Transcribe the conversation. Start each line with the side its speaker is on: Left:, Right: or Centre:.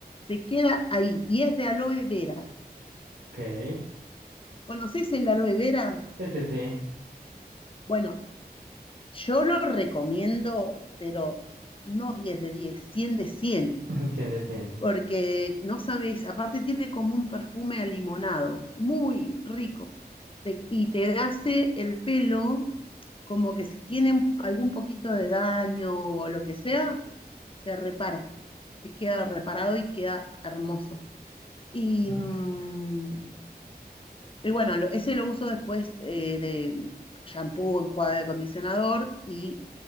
Left: Te queda ahí, y es de aloe vera.
Right: Ok.
Left: ¿Conoces el aloe vera?
Right: Sí, sí, sí.
Left: Bueno, yo lo recomiendo, pero no 10 de 10, 100 de 100,
Right: <laughs> cien de 100.
Left: porque no sabes, aparte tiene como un perfume a limonado, muy rico, te- y te hace el pelo como que si tiene un- algún poquito de daño o lo que sea, se repara, se queda reparado y queda hermoso. Y
Right: Mm.
Left: mm, Y bueno, lo- ese lo uso después eh, de shampoo, enjuague de acondicionador y